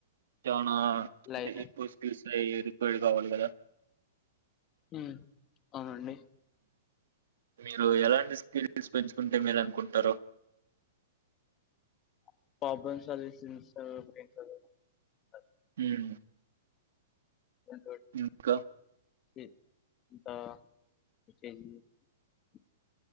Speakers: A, on the right (about 75°); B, on the left (about 20°).
A: <inaudible> నా <inaudible>
B: లైనస్
A: ప్లెయ్ రిఫైడ్ కావాలి కదా
B: ఉమ్ అవునండి
A: మీరు ఎలాంటి స్కిల్స్ పెంచుకుంటే మేలు అనుకుంటారు
B: <unintelligible>
A: ఉమ్
B: చదువుకుంటుంటి
A: ఇంకా
B: <unintelligible>